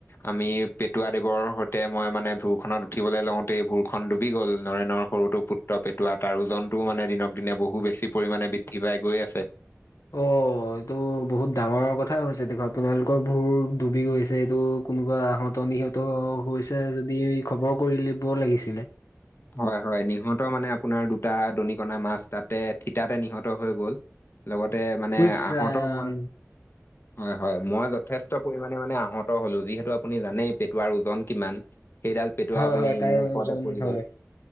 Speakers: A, on the left; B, on the left.
A: আমি পেটুৱা দেৱৰ সৈতে মই মানে ভূৰ খনত উঠিবলৈ লওঁতেই ভূৰখন ডুবি গ'ল! নৰেনৰ সৰুটো পুত্ৰ পেটুৱা, তাৰ ওজনটোও মানে দিনক দিনে বহু বেছি পৰিমাণে বৃদ্ধি পাই গৈ আছে!
B: অ', এইটো বহুত ডাঙৰ কথাই হৈছে দেখোন, আপোনালোকৰ ভূৰ ডুবি গৈছে! এইটো কোনোবা আহত নিহত হৈছে যদি খবৰ কৰি লব লাগিছিলে!
A: হয়, হয়, নিহত মানে আপোনাৰ দুটা দনিকণা মাছ তাতে থিতাতে নিহত হৈ গ'ল। লগতে মানে
B: ইচ
A: আহতৰ
B: ৰাম
A: মই হয় হয় মই যথেষ্ট পৰিমাণে মানে আহত হলো যিহেতু আপুনি জানেই পেটাৰ ওজন কিমান সেইডাল পেটুৱা
B: হয়
A: আপুনি
B: হয় তাৰে
A: মোৰ ওপৰতে
B: ওজন
A: পৰি
B: হয়
A: গ'ল